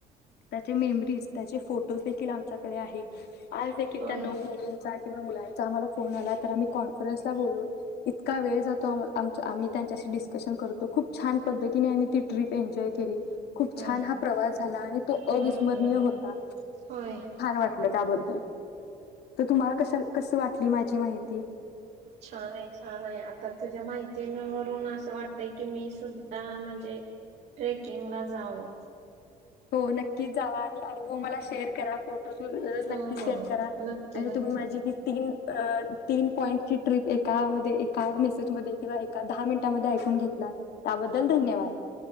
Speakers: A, on the left; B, on the right.
A: त्याचे मेमरीज त्याचे फोटोज देखील आमच्याकडे आहे आज देखील
B: होय
A: त्या नऊ मुलींचा किंवा मुलांचा आम्हाला फोन आला तर आम्ही कॉन्फरन्सला बोलून इतका वेळ जातो आम आमही त्यांच्या डिस्कसन करतो खुप छान पढतीने आम्ही ती ट्रिप एन्जॉय केली खुप
B: हम्म
A: छान हा प्रवास झाला तो
B: हम्म
A: अविस्मरणीय
B: हम्म
A: होता.
B: होय.
A: त्याबद् तर तुम्हाला क कस वाट माझी माहिती.
B: छान आहे छान आहे आता तुझ्या माहितीवरून असं वाटतय की मी सुद्धा म्हणजे ट्रेकिंगला जाव.
A: हो नक्कीच जावा आणि अनुभव मला शेअर करा फोटो. त तज नक्कीच
B: हो हो
A: सेंड
B: हो
A: करा
B: नक्की
A: आणि
B: नक्की
A: तुम्ही माझी किती. तीन तीन पॉइंटची ट्रिप एकामध्ये एका मेसेजमध्ये किंवा एका दहा मिनिटामध्ये घेतला त्याबद्दल धन्यवाद.